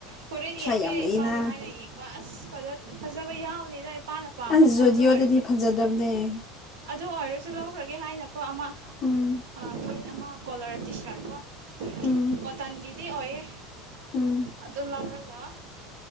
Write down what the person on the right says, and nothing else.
ꯐꯣꯔꯦꯠ
ꯌꯦꯡꯒꯦ
ꯏꯄꯥꯒꯦ ꯍꯥꯏꯅ ꯌꯦꯡꯕ ꯑꯁ ꯐꯖ ꯍꯁꯕꯌ ꯌꯥꯎꯗꯦꯗ ꯄꯥꯂ ꯄꯥꯝꯕ
ꯐꯣꯠꯇꯔꯁ
ꯑꯗꯨ ꯑꯣꯏꯔꯁꯨ ꯂꯧꯈ꯭ꯔꯒꯦ ꯍꯥꯏꯅ ꯀꯣ ꯑꯥꯡ
ꯐ ꯑꯃ ꯀꯂꯔ ꯇꯤꯁꯔꯠ ꯀꯣ
ꯄꯇꯥꯟꯒꯤ ꯁꯤ ꯑꯣꯏꯌꯦ
ꯑ ꯂꯔꯒ